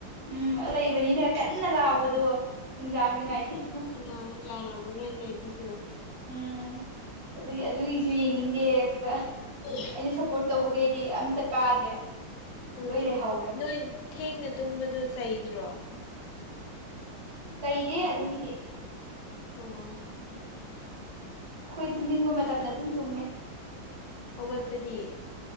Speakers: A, on the right (about 50°); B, on the left (about 75°).
A: ꯎꯝ ꯂꯩꯕꯅꯤꯅ ꯀꯟꯅ ꯂꯥꯎꯕꯗꯣ ꯅꯨꯡꯗꯥꯡꯗ <unintelligible>
B: ꯑꯣ ꯌꯥꯔꯝꯃꯔꫭꯏꯅꯦ ꯑꯗꯨꯁꯨ
A: ꯎꯝ ꯑꯗꯨꯒꯤ ꯑꯗꯨꯒꯤꯁꯨ ꯌꯦꯡꯅꯤꯡꯗꯦ ꯑꯗꯨꯒ
B: <unintelligible>
A: ꯑꯩꯅ ꯁꯞꯄꯣꯔꯠ ꯇꯧꯕꯈꯩꯗꯤ ꯑꯝꯇ ꯀꯥꯗ꯭ꯔꯦ
B: ꯎꯝ
A: ꯂꯣꯏ ꯂꯩꯍꯧꯔꯦ
B: ꯅꯣꯏ ꯊꯦꯡꯅ ꯇꯨꯝꯕꯗꯣ ꯆꯩꯗ꯭ꯔꯣ
A: ꯆꯩꯗꯦ ꯑꯗꯨꯒꯤꯗꯤ
B: ꯑꯣ
A: ꯑꯩꯈꯣꯏ ꯇꯨꯝꯅꯤꯡꯕ ꯃꯇꯝꯗ ꯑꯗꯨꯝ ꯇꯨꯝꯃꯦ
B: ꯍꯧꯒꯠꯄꯗꯤ